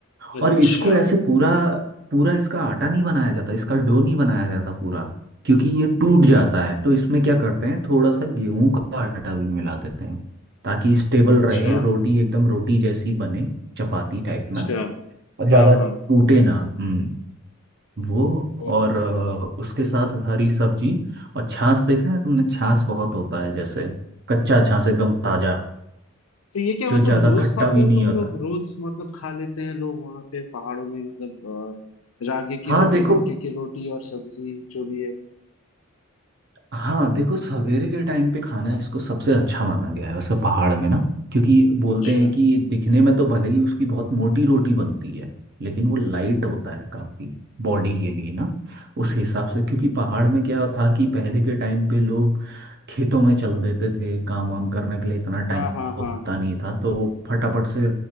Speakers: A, on the left (about 80°); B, on the right (about 50°).
A: अच्छा
B: और इसको ऐसे पूरा पूरा इसका आटा नहीं बनाया जाता इसका डो नहीं बनाया जाता पूरा क्योंकि ये टूट
A: हम्म
B: जाता है तो इसमें क्या करते हैं थोड़ा सा गेहूं का आटा भी मिला देते हैं ताकि स्टेबल रहे
A: अच्छा
B: रोटी एकदम रोटी जैसी बने चपाती टाइप
A: अच्छा
B: में और ज्यादा
A: हाँ
B: टूटे
A: हाँ
B: ना हम्म वो और
A: ओके
B: अ, उसके साथ हरी सब्जी और छाछ देखा है तुमने छाछ बहुत होता है जैसे कच्चा छाछ एकदम ताजा
A: तो ये क्या
B: जो
A: मतलब
B: ज्यादा
A: रोज
B: खट्टा
A: खाते
B: भी
A: हो
B: नहीं
A: तुम
B: होता
A: लोग रोज मतलब खा लेते हैं लोग वहां पे पहाड़ों में मतलब अ, रागी की
B: हाँ
A: रोटी
B: देखो
A: मक्के की रोटी और सब्जी जो भी है
B: हाँ देखो सवेरे के टाइम पे खाना इसको सबसे अच्छा माना गया है वैसे पहाड़ में ना क्योंकि बोलते
A: अच्छा
B: हैं कि दिखने में तो भले ही उसकी बहुत मोटी रोटी बनती है लेकिन वो लाइट
A: हम्म
B: होता है काफी बॉडी के लिए ना उस हिसाब से
A: हम्म,
B: क्योंकि पहाड़ में क्या था कि पहले के टाइम पे लोग खेतों में चल देते थे काम वाम करने के लिए इतना टाइम
A: हाँ हाँ हाँ
B: होता नहीं था तो वो फटाफट से